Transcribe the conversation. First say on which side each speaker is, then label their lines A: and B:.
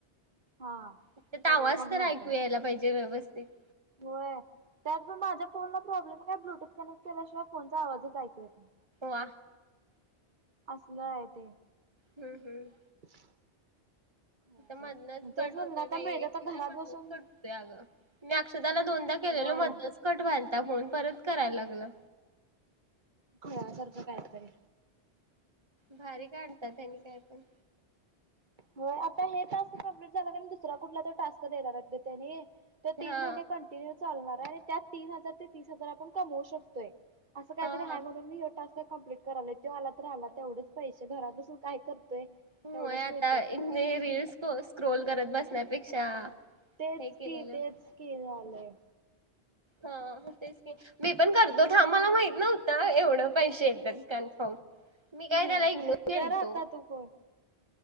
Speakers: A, on the right (about 45°); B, on the right (about 25°).
A: हा
B: त्यात
A: करल
B: आवाज
A: मग
B: तर
A: नंतर
B: ऐकू यायला पाहिजे व्यवस्थ <inaudible>
A: होय त्यात मग माझ्या फोनला प्रॉब्लेम काय ब्लूटूथ कनेक्ट केल्याशिवाय फोनचा आवाजच ऐकू येत नाही.
B: वा.
A: असलं आहे ते.
B: हम्म हम्म.
A: <inaudible> खुळ्यासारखं
B: मधनच
A: तेच
B: कट
A: म्हणलं
B: होतय
A: आता
B: बाई,
A: मिळतं
B: एक
A: तर
B: एकदा
A: घरात
B: मधनच
A: बसून
B: कट होतय अगं मी अक्षताःला दोनदा केलेलो
A: होय
B: मधनच कट व्हायल आता फोन परत करायला लागला.
A: खुळ्यासारखं कायतरी.
B: भारी काढतात. त्यांनी काय पण.
A: हो आता हे त अस कम्प्लीट झा की नाही दुसरा कुठला तर टास्क देणार आहेत ग त्यानी. त तीन
B: हा
A: महिने कंटिन्यू चालणार त्यात तीन हजार ते तीस हजार आपण कमवू शकतोय. असं
B: हा
A: काहीतरी
B: हा
A: आहे म्हून मी टास्क कम्प्लीट करायलोय तो आला तर आला तेवढंच पैसे घरात बसून काय करतोय.
B: होय
A: तेवढंच
B: आता
A: मिळत्यात.
B: इतनी रिल्स स्कोल स्क्रोल करत बसण्यापेक्षा
A: तेच
B: हे केलेलं
A: की तेच की झालंय.
B: हा तेच मी पण करतो. आम्हाला माहित नव्हत एवढं पैसे येतात कन्फर्म. मी काय
A: हम
B: त्याला इग्नोर केलतो
A: कर आता तू फोन.